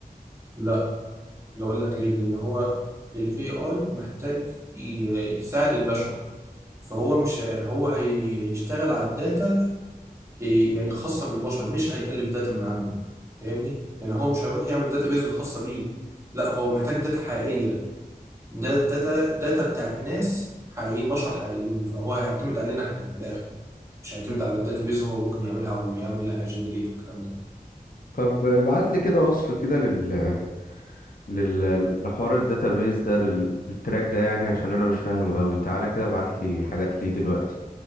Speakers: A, on the right; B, on the left.
A: لا ده اقول لك ليه لان هو الاي اي محتاج ي- يساعد البشر فهو مش ه- هو هي- هيشتغل على الداتا إيه، يعني خاصه بالبشر مش هيألف داتا من عنده فاهمني يعني هو مش هيروح يعمل داتا بيز خاصه بيه لا هو محتاج داتا حقيقيه دا- داتا داتا بتاعت ناس حقيقيين بشر حقيقيين فهو هيعتمد علينا احنا في الاخر مش هيعتمد
B: مم.
A: على الداتابيز هو ممكن يعملها ويعمل لها جنريت والكلام ده
B: طب ابعت لي كده وصف كده لل لل- لحوار الداتابيز ده لل- للتراك ده يعني عشان انا مش فاهمه قوي تعالى كده ابعت لي حاجات ليه دلوقتي